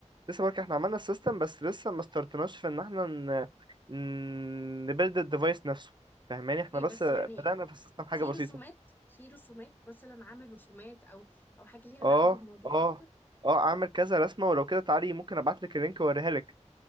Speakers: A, on the right; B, on the left.
A: لسه بقولك احنا عملنا السيستم بس لسه ما استرتناش في ان احنا ن... ن- نبيلد الديفايس نفسه فاهماني
B: اوكي
A: احنا بس
B: بس يعني
A: بدأنا في السيستم
B: في
A: حاجة
B: في
A: بسيطة
B: رسومات في رسومات مثلا عامل رسومات او او حاجه ليها دعوه
A: اه
B: بالموضوع
A: اه
B: اكتر
A: اه اعمل كذا رسمة ولو كده تعالي ممكن ابعتلك اللينك واوريها لك